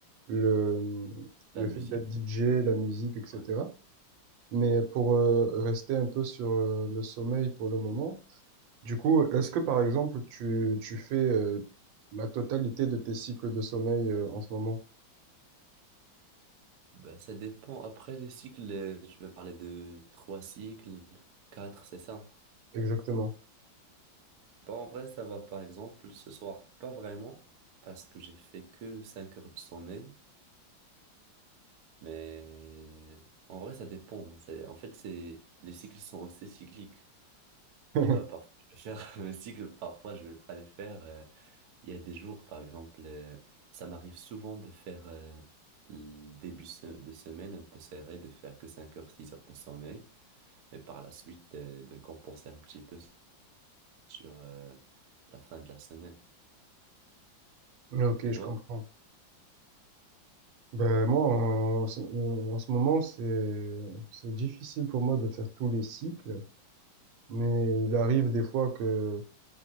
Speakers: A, on the right; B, on the right.
A: le,
B: La
A: le
B: musique,
A: fait d'être DJ, la musique, etc.
B: ouais.
A: Mais pour euh, rester un peu sur euh, le sommeil pour le moment, du coup, est-ce que par exemple, tu, tu fais euh, la totalité de tes cycles de sommeil euh, en ce moment?
B: Bah, ça dépend. Après les cycles, euh, tu veux parler de trois cycles, quatre, c'est ça?
A: Exactement.
B: Bah, en vrai, ça va par exemple ce soir, pas vraiment, parce que j'ai fait que 5 heures de sommeil. Mais en vrai, ça dépend. Ça- En fait, c'est les cycles sont aussi cycliques.
A: <laughs>
B: Tu vois, parfois, je vais faire <laughs> mes cycles, parfois, je vais pas les faire. euh, Il y a des jours, par exemple, euh, ça m'arrive souvent de faire euh, le début se- de semaine un peu serré, de faire que 5 heures, 6 heures de sommeil, mais par la suite euh, de compenser un petit peu sur euh, la fin de la semaine.
A: Ok,
B: Et
A: je
B: toi?
A: comprends. Ben, moi, en, en ce en ce moment, c'est, c'est difficile pour moi de faire tous les cycles, mais il arrive des fois que